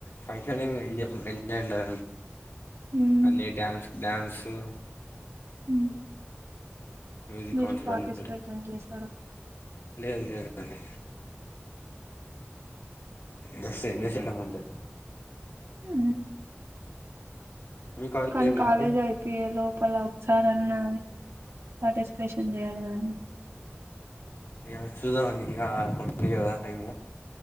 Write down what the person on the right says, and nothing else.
ఉమ్.
ఉమ్.
మీరు
పార్టిస్పై
చేస్తారా
ఊ
కానీ
కాలేజ్
అయిపోయే లోపలా ఒకసరి రన్నా పార్టిసిపేషన్ చేయాలి కదండి